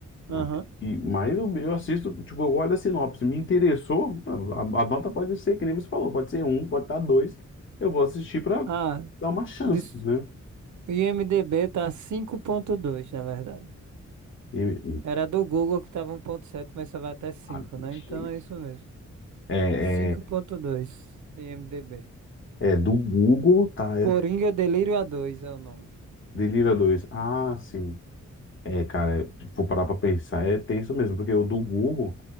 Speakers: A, on the right; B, on the left.
A: Aham.
B: Ah, E, mas eu, eu assisto, tipo, eu olho a sinopse, me interessou, a, a nota pode ser, que nem você falou, pode ser um, pode estar dois, eu vou assistir para
A: Ah,
B: dar uma chance,
A: dis-
B: né?
A: o IMDB tá cinco ponto dois na verdade.
B: E-
A: Era do Google que tava um ponto sete mas só vai até cinco
B: ah,
A: né?
B: chega.
A: Então é isso mesmo.
B: É,
A: cinco
B: é,
A: ponto dois de IMDB.
B: é do Google, tá?
A: Coringa
B: É,
A: Delírio a dois é o nome.
B: Delira dois Ah, sim. É, cara, é, vou parar pra pensar, é tenso mesmo, porque o do Google,